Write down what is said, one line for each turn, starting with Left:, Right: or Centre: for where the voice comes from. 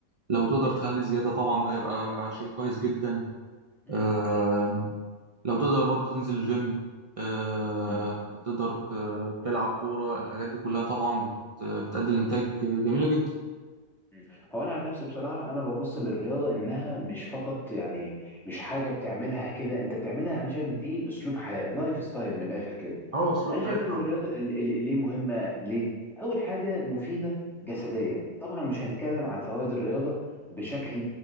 Right: لو تقدر
Centre: مم،
Right: تخلي زيادة طبعا ده هيبقى شيء كويس جدا
Centre: مم،
Right: آه، لو تقدر برضو تنزل الجيم آه،
Centre: مم،
Right: تقدر ت- تلعب كورة الحاجات دي كلها طبعا بت-
Centre: مم،
Right: بتأدي لنتائج جميلة جدا
Centre: مم. هو أنا عن نفسي بصراحة أنا ببص للرياضة إنها مش فقط يعني مش حاجة بتعملها كده أنت بتعملها أنا شايف دي أسلوب حياة لايف ستايل من الآخر كده
Right: اه اسلوب
Centre: انا
Right: حياة
Centre: شايف ان
Right: فعلا.
Centre: الرياضه ال- ال- ليه مهمه ليه اول حاجه مفيده جسديا طبعا مش هنتكلم عن فوائد الرياضه بشكل